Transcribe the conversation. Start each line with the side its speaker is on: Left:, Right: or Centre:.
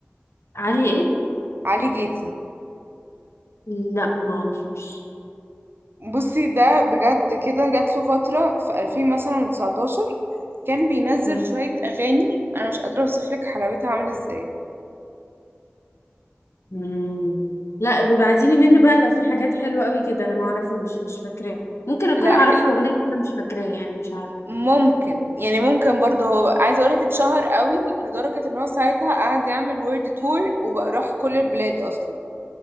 Left: علي ايه
Right: علي جيتي
Left: لا ما اعرفوش
Right: بصي ده بجد كده جات له فترة في 2000 مثلا 19 كان بينزل
Left: مم.
Right: شوية أغاني أنا مش قادرة أوصف لك حلاوتها عاملة إزاي
Left: مم. لا ببعتيلي منه بقى لو في حاجات حلوة قوي كده انا معرفوش مش فاكراه ممكن اكون
Right: لا
Left: اعرف
Right: حلو
Left: له اغنية بس انا مش فاكراه يعني مش عارفة
Right: ممكن يعني ممكن برضه هو بقى- عايزة أقولك اتشهر قوي لدرجة إن هو ساعتها قعد يعمل وورد تور وبقى راح كل البلاد أصلا